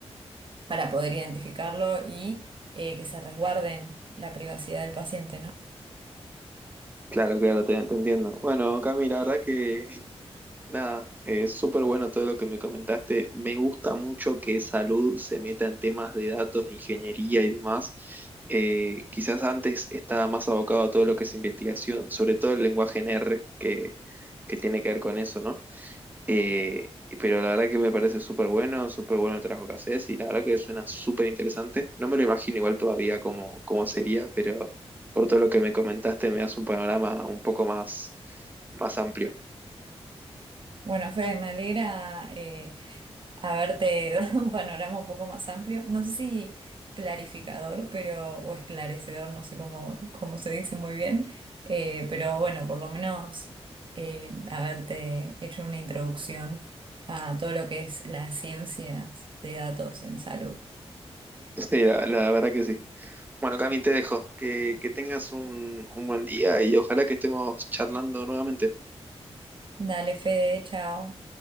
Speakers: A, on the right; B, on the right.
A: para poder identificarlo y eh, que se resguarden la privacidad del paciente, ¿no?
B: Claro, claro, te, te entiendo. Bueno, Cami, la verdad que Nada, es súper bueno todo lo que me comentaste. Me gusta mucho que salud se meta en temas de datos, de ingeniería y demás. Eh, quizás antes estaba más abocado a todo lo que es investigación, sobre todo el lenguaje en R, que, que tiene que ver con eso, ¿no? Eh, pero la verdad que me parece súper bueno, súper bueno el trabajo que haces y la verdad que suena súper interesante. No me lo imagino igual todavía cómo, cómo sería, pero por todo lo que me comentaste me das un panorama un poco más, más amplio. <laughs>
A: Bueno, Fede, me alegra eh, haberte <laughs> dado un panorama un poco más amplio. No sé si clarificador, pero, o esclarecedor, no sé cómo, cómo se dice muy bien, eh, pero bueno, por lo menos eh, haberte hecho una introducción a todo lo que es las ciencias de datos en salud.
B: Sí, la la verdad que sí. Bueno, Cami, te dejo. Que, que tengas un, un buen día y ojalá que estemos charlando nuevamente.
A: Dale, Fede, chao.